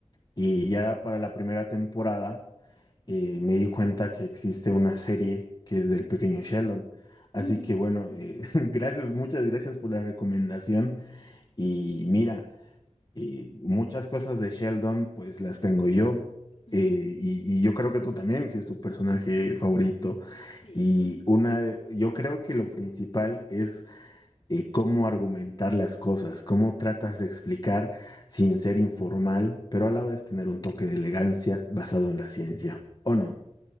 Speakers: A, on the left (about 35°); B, on the left (about 55°).
A: y ya para la primera temporada eh, me di cuenta que existe una serie que es del pequeño Sheldon. Así
B: Mm.
A: que bueno, eh, <laughs> gracias, muchas gracias por la recomendación y mira. Y muchas cosas de Sheldon, pues las tengo yo.
B: <laughs>
A: Eh, y, y yo creo que tú también, si es tu personaje favorito.
B: Sí.
A: Y una, de- yo creo que lo principal es eh, cómo argumentar las cosas, cómo tratas de explicar sin ser informal, pero a la vez tener un toque de elegancia basado en la ciencia, ¿o no?